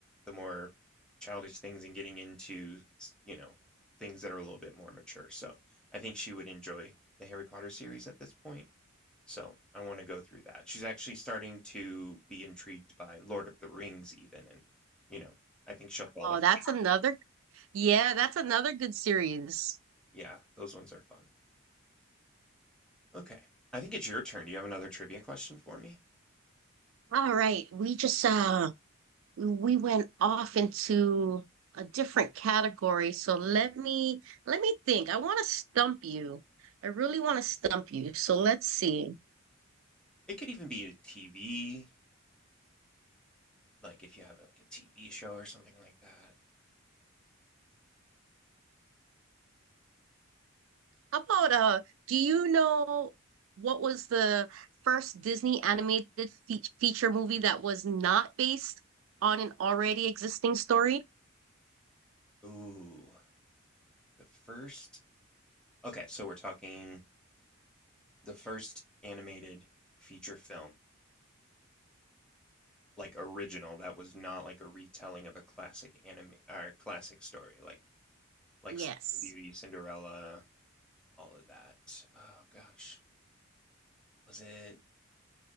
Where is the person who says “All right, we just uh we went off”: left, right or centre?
Right